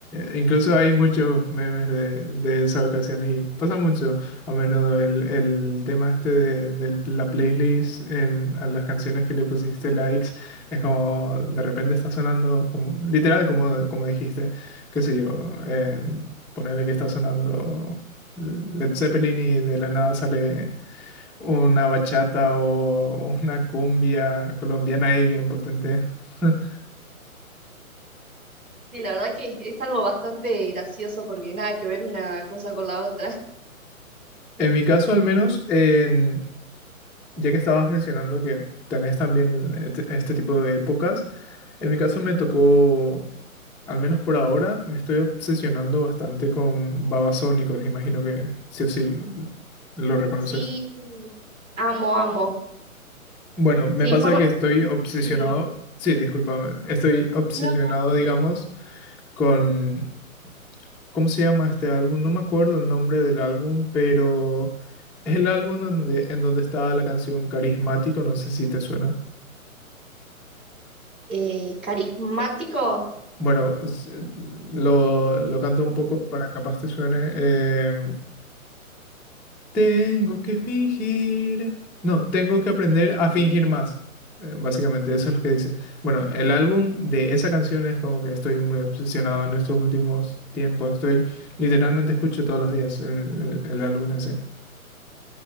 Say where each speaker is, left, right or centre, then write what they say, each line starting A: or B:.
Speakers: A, in the centre; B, on the right.
A: eh, Incluso hay muchos memes de, de esa ocasión y pasa mucho a menudo el, el tema este de, de la playlist en, a las canciones que le pusiste likes. Es como de repente está sonando como, literal como, como dijiste, qué sé yo, eh, ponerle que está sonando Led Zeppelin y de la nada sale una bachata o una cumbia colombiana ahí bien potente. <laughs>
B: Sí, la verdad que es algo bastante gracioso porque nada que ver una cosa con la otra. <laughs>
A: En mi caso, al menos, en- ya que estabas mencionando que tenés también este, este tipo de épocas, en mi caso me tocó, al menos por ahora, me estoy obsesionando bastante con babasónicos, imagino que sí o sí l- lo reconoces.
B: Sí, amo, amo.
A: Bueno, me
B: Sí,
A: pasa
B: forma...
A: que estoy obsesionado,
B: sí.
A: sí, discúlpame, estoy obsesionado,
B: No, no, sí.
A: digamos, con
B: Ujú.
A: ¿Cómo se llama este álbum? No me acuerdo el nombre del álbum, pero es el álbum donde, en donde está la canción Carismático, no sé si te suena.
B: Eh, carismático.
A: Bueno, es- eh, lo, lo canto
B: No,
A: un poco
B: Sí.
A: para capaz te suene. eh, tengo que fingir. No, tengo que aprender
B: Sí,
A: a
B: sí.
A: fingir más. Eh, básicamente, eso es lo que dice. Bueno, el álbum de esa canción es como que estoy muy obsesionado en estos últimos tiempos. Estoy, literalmente escucho todos los días el, el- el álbum ese.